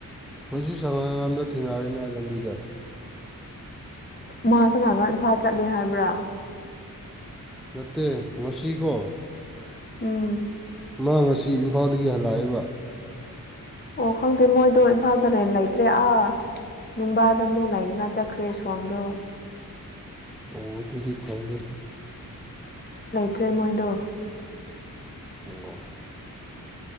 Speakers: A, in the centre; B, on the left.
A: ꯍꯧ ꯁꯉꯥꯡꯝꯗ ꯊꯦꯡꯅꯔꯤꯅ ꯂꯝꯕꯤꯗ ꯗ
B: ꯃꯥꯁ ꯉꯥꯏꯛꯒ ꯏꯝꯐꯥꯜ ꯆꯠꯂꯦ ꯍꯥꯏꯕ꯭ꯔꯥ
A: ꯅꯠꯇꯦ ꯉꯁꯤꯀꯣ
B: ꯎꯝ
A: ꯃꯥ ꯑꯁꯤ ꯏꯝꯐꯥꯜꯗꯒꯤ ꯍꯜꯂꯛꯏꯕ
B: ꯑꯣ ꯈꯪꯗꯦ ꯃꯣꯏꯗꯣ ꯏꯝꯐꯥꯜ ꯇꯔꯦꯟ ꯂꯩꯇ꯭ꯔꯦ ꯑꯥ ꯅꯨꯡꯕꯥꯗ ꯑꯃꯨꯛ ꯂꯩꯅꯤꯡꯉꯥꯏ ꯆꯠꯈ꯭ꯔꯦ ꯁꯣꯝꯗꯣ
A: ꯑꯣ ꯑꯗꯨꯗꯨꯗꯤ ꯈꯪꯗ
B: ꯇ꯭ꯔꯦꯃꯣꯏꯗ
A: ꯑꯣ